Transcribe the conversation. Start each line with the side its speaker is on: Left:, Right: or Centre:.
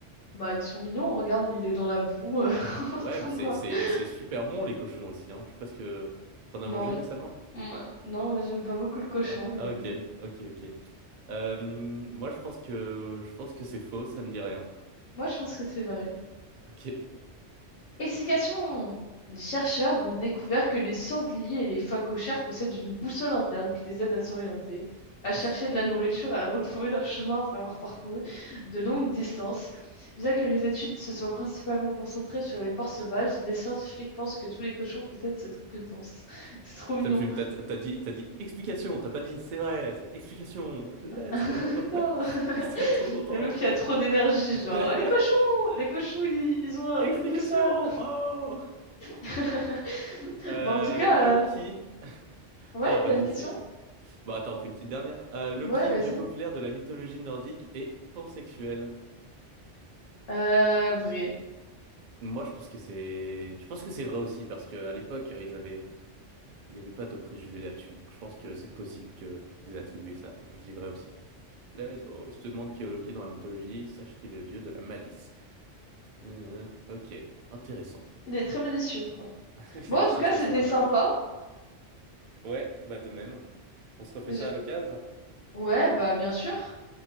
Left: Bah ils sont mignons, on regarde, il est dans la boue, euh, <laughs> en
Right: Ouais,
Left: train
Right: mais
Left: de...
Right: c'est c'est c'est super bon les cochons aussi, hein. Je sais pas ce que t'en as mangé
Left: Non,
Right: récemment?
Left: moi- non, moi j'aime pas beaucoup le cochon,
Right: Ah,
Left: mais...
Right: ah, ok, ok, ok. Euh, moi je pense que je pense que c'est faux, ça me dit rien.
Left: Moi, je pense que c'est vrai.
Right: Ok.
Left: Explication. Les chercheurs ont découvert que les sangliers et les phoques cochères possèdent une boussole interne qui les aide à s'orienter, à
Right: <laughs>
Left: chercher de la nourriture et à retrouver leur chemin après avoir parcouru de longues distances. Bien que les études se soient principalement concentrées sur les porcs sauvages, des scientifiques pensent que tous les cochons possèdent cette compétence. <laughs> C'est trop mignon.
Right: Ça me fume. T'as t'as t'as dit t'as dit explication, t'as pas dit c'est vrai, c'est explication. Let's
Left: <laughs>
Right: go.
Left: Oh,
Right: <laughs> Trop trop content.
Left: le meuf qui a trop d'énergie, genre,
Right: <laughs>
Left: les cochons, les cochons, ils, ils ont euh,
Right: Explication.
Left: une boussole.
Right: Oh.
Left: <laughs>
Right: Euh,
Left: Bon, en tout cas,
Right: Loki.
Left: euh, ouais,
Right: Ah vas-y
Left: t'as une question?
Right: c'est. Bon attends, on fait une petite dernière. Euh, Loki,
Left: Ouais, vas-y.
Right: dieu populaire de la mythologie nordique et pansexuel.
Left: Euh, vrai.
Right: Moi, je pense que c'est, je pense que c'est vrai aussi parce que à l'époque, euh, ils avaient, il n'y avait pas de préjugés là-dessus. Donc, je pense que c'est possible qu'ils aient attribué ça. Donc, je dis vrai aussi. Let's go. Si je te demande qui est Loki dans la mythologie, sache qu'il est le dieu de la malice. Euh, ok, intéressant.
Left: Il est très malicieux, quoi.
Right: <laughs>
Left: Bon, en
Right: Ça
Left: tout cas,
Right: se voit
Left: c'était
Right: sur la
Left: sympa.
Right: photo. Ouais, bah de même. On se refait
Left: J'ai-
Right: ça à l'occasion?
Left: Ouais, bah, bien sûr.